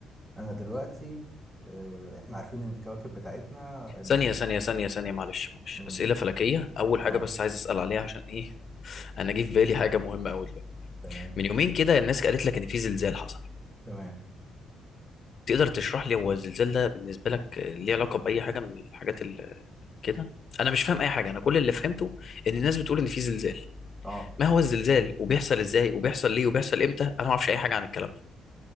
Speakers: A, on the right; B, on the left.
A: انا دلوقتي آه، احنا عارفين ان الكواكب بتاعتنا ال...
B: ثانية ثانية ثانية ثانية معلش معلش
A: مم،
B: أسئلة فلكية أول
A: اه
B: حاجة بس عايز أسأل عليها عشان إيه أنا جه في بالي حاجة مهمة أوي دلوقتي
A: تمام
B: من يومين كده الناس قالت لك إن في زلزال حصل
A: تمام
B: تقدر تشرح لي هو الزلزال ده بالنسبة لك ليه علاقة بأي حاجة من الحاجات اللي كده أنا مش فاهم أي حاجة أنا كل اللي فهمته إن الناس بتقول إن في زلزال
A: اه
B: ما هو الزلزال وبيحصل إزاي وبيحصل ليه وبيحصل إمتى أنا ما أعرفش أي حاجة عن الكلام ده